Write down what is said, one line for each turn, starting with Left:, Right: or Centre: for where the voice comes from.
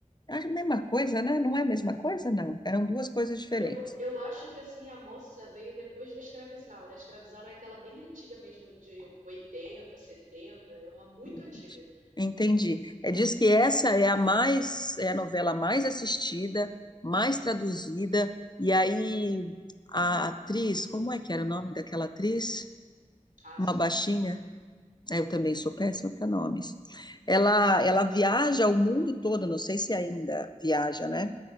Left: Acho a mesma coisa, né? Não é a mesma coisa, não. Eram duas coisas diferentes.
Right: Eu, eu acho que assim a moça veio depois da Escravizaura. A Escravizaura é aquela bem antiga mesmo, de 80, 70, é uma muito
Left: Entendi.
Right: antiga.
Left: Entendi. É, diz que essa é a mais, é a novela mais assistida, mais traduzida, e aí a atriz, como é que era o nome daquela atriz?
Right: Ah,
Left: Uma
Right: sou
Left: baixinha,
Right: péssima pra nada.
Left: é, eu também sou péssima para nomes. Ela, ela viaja o mundo todo, não sei se ainda viaja, né?